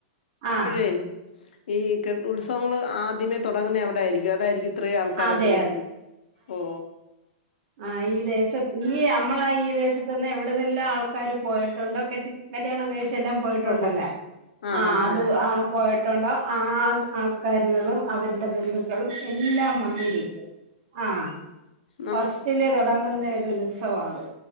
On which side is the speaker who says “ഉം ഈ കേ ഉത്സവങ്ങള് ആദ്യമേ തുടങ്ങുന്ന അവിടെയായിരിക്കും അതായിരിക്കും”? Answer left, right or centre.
Left